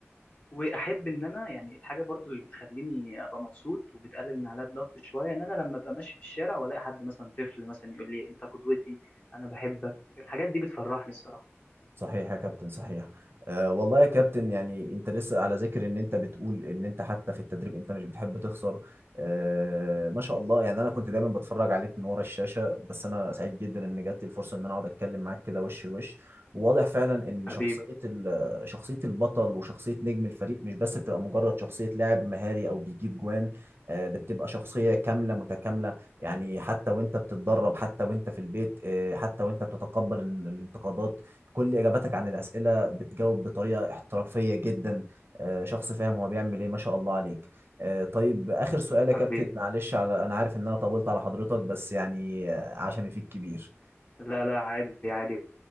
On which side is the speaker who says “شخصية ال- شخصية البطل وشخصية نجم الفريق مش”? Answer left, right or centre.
Right